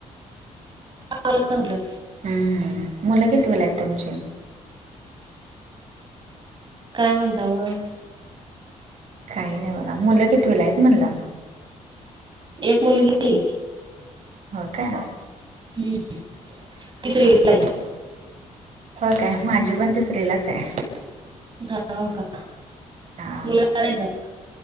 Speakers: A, on the right; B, on the right.
A: <unintelligible> म्हटलं
B: हम्म. मुलं कितवीला आहेत तुमचे?
A: काय म्हणता मग?
B: काही नाही बघा. मुलं कितवीला आहेत म्हणल?
A: एक मुलगीए.
B: हो का?
A: हम्म. तिसरीलाय.
B: हां हां हो काय? माझी पण तिसरीलाच आहे.
A: हा का?
B: हा.
A: मुलगा नाही का